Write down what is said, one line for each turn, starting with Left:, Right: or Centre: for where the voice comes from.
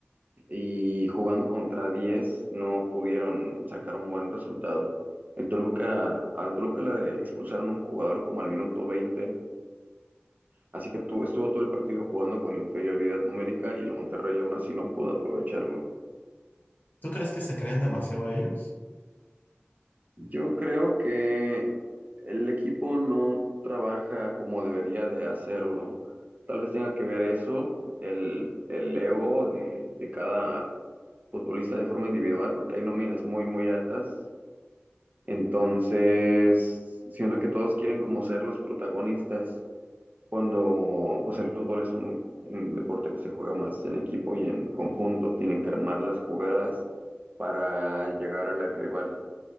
Right: y jugando contra 10 no pudieron sacar un buen resultado. El Toluca, al Toluca le expulsaron un jugador como al minuto veinte así que tu- estuvo todo el partido jugando con inferioridad numérica y el Monterrey aún así no pudo aprovecharlo.
Left: ¿Tú crees que se creen demasiado ellos?
Right: Yo creo que el equipo no trabaja como debería de hacerlo. Tal vez tenga que ver eso, el, el ego de, de cada futbolista de forma individual, porque hay nóminas muy, muy altas Entonces, siento que todos quieren como ser los protagonistas cuando pues el fútbol es un, un deporte que se juega más en equipo y en conjunto, tienen que armar las jugadas para llegar a la rival.